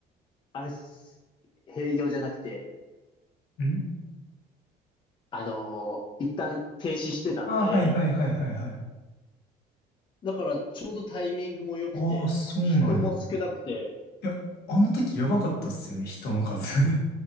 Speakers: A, on the left; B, on the left.
A: あれっす、営業じゃなくて、
B: ん
A: あのー一旦停止してたんですよ、
B: あ、はいはいはいはいはい。
A: 営業だからちょうどタイミングも良くて、
B: ああ、そうなんや。
A: 人も少なくて、
B: いや、あの時やばかったっすよね、人の数。